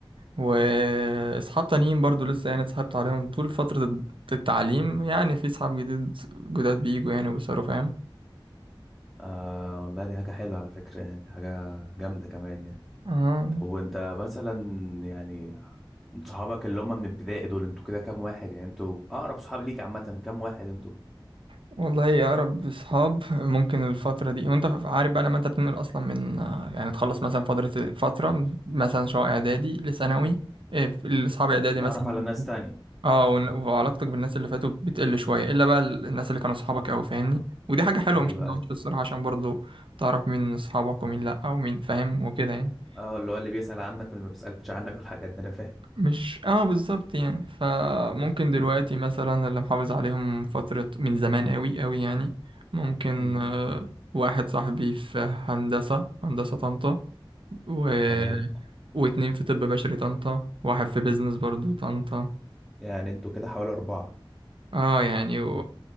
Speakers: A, on the right (about 70°); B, in the centre.
A: واصحاب تانيين برضو لسه يعني اتصاحبت عليهم طول فترة التعليم يعني في اصحاب جديد جداد بيجوا يعني وبيصيروا فاهم
B: آه والله دي حاجة حلوة على فكرة يعني حاجة جامدة كمان يعني
A: اه
B: طب وانت مثلا يعني صحابك اللي هم من ابتدائي دول انتوا كده كام واحد يعني انتوا اقرب صحاب ليك عامة كام واحد انتوا
A: والله يا رب اصحاب ممكن الفترة دي وانت ف- عارف بقى لما انت بتنقل اصلا من آه، يعني تخلص مثلا فترة فترة مثلا شقة اعدادي لثانوي إيه، في- الاصحاب اعدادي
B: تعرف
A: مثلا
B: على ناس تانية
A: اه ون- وعلاقتك بالناس اللي فاتوا بتقل شوية الا بقى ال- الناس اللي كانوا اصحابك قوي فاهمني ودي حاجة حلوة
B: ايوه
A: مش حاجة
B: ايوه
A: وحشة الصراحة عشان برضو تعرف مين اصحابك ومين لا ومين فاهم وكده يعني
B: اه اللي هو اللي بيسأل عنك واللي ما بيسألش عنك والحاجات دي انا فاهم
A: مش اه بالظبط يعني فممكن دلوقتي مثلا اللي محافظ عليهم فترة من زمان قوي قوي يعني ممكن
B: أمم،
A: آه، واحد صاحبي في هندسة هندسة طنطا و...
B: تمام
A: واتنين في طب بشري طنطا واحد في بيزنس برضو طنطا
B: يعني انتوا كده حوالي أربعة
A: اه يعني و...